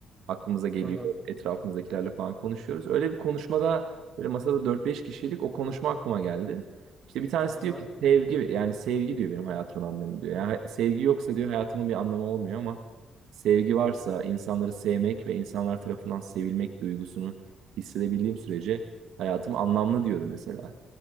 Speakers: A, on the right; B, on the right.
A: Aklımıza geliyor,
B: Hı hı.
A: etrafımızdakilerle falan konuşuyoruz. Öyle bir konuşmada böyle masada dört beş kişilik o konuşma aklıma geldi. İşte bir tanesi
B: Hı hı.
A: diyor ki sevgi yani sevgi diyor benim hayatımın anlamı diyor. Yani ha- sevgi yoksa diyor hayatımın bir anlamı olmuyor ama sevgi varsa insanları sevmek ve insanlar tarafından sevilmek duygusunu hissedebildiğim sürece Hayatım anlamlı diyordu mesela.